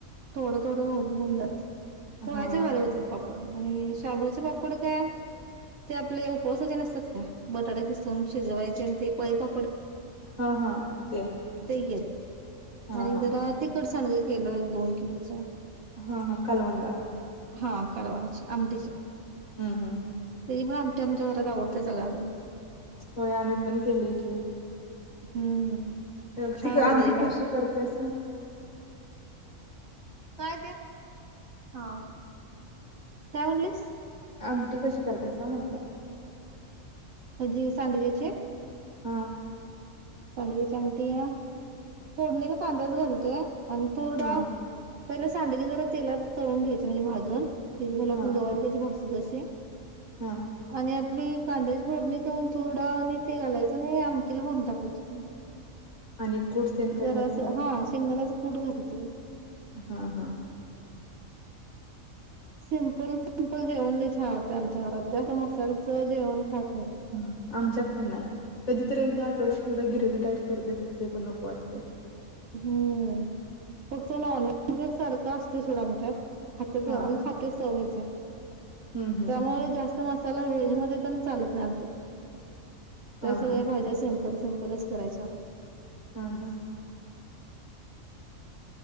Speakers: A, on the right; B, on the left.
A: थोडं थोडं होत होऊन जात.
B: हा
A: पोह्याचा
B: हा
A: भारी होतात पापड. आणि शाबूचे पापड काय ते आपले उपवासाचे नसतात का बटाटा किसून. शिजवायचे आणि ते पळी पापड़.
B: हा हा ते
A: ते गेले
B: हा
A: आणि
B: हा
A: जरा तिख सांडग केलं एक दोन किलोच,
B: हा हा कलवंदा.
A: हा कालवनाचे आमटीचे.
B: हम्म हम्म
A: त्याची पण आमटी आमच्या घरात आवडते सगळ्यांना.
B: होय आम्ही पण केलय की.
A: हम्म
B: अ
A: छान
B: ती
A: होते
B: आमटी
A: त्याची भाजी
B: कशी करतायस?
A: काय ते? हा काय म्हटलीस?
B: आमटी कशी करतायस म्हंटलं?
A: हेजी सांडगेचे.
B: हा,
A: सांडग्याची आमटी या फोडणीला कांदाच कालकेय. आणि तूरडाळ.
B: हा
A: पहिलं सांडगे जरा तेलात तळून घ्यायचे म्हणजे भाजून. तेल घालून आपण
B: हा
A: गवारी कशी भाजतोय. जसे,
B: हा
A: आणि, आपली कांद्याची फोडणी देऊन, तूरडाळ आणि ते घालायचं आणि आमटीला फोडणी टाक. <unintelligible>
B: आणि कुट तेन काय
A: जरा
B: वरण
A: अस हा शेंगदन्याच कुठं घाल तू
B: हा हा
A: सिम्पल सिम्पल जेवन लय छान वाटतंय ते आमच्या घर जास्त मसाल्याचं जेवण खात नाही.
B: ह आमच्यात पण नाही कधी तरी एकदा आठवड्यातनं एकदा गिरवी टाईप करतोय ते पण नको वाटतय.
A: हम्म फक्त नॉनवेज सारखं असतय‌ सोडं आमच्यात. खात्यात
B: हा
A: आम्ही खातोय सवयच हाय
B: हम्म हम्म
A: त्यामुळे जास्त मसाला व्हेज मध्ये तेन चालत नाही आमच्यात. त्या
B: हा
A: सगळ्या
B: हा
A: भाज्या सेम. सिंपल सिंमपलच करायच हाय.
B: हा हा.
A: <inaudible>